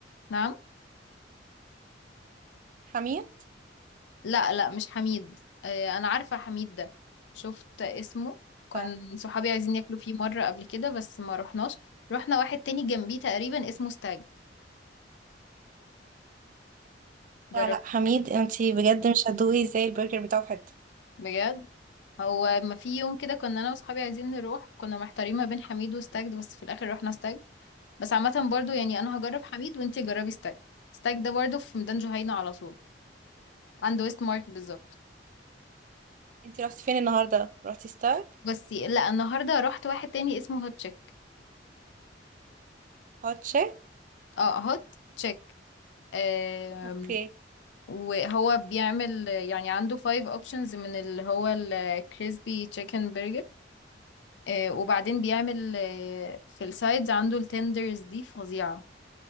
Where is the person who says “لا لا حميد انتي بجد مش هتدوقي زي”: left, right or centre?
Right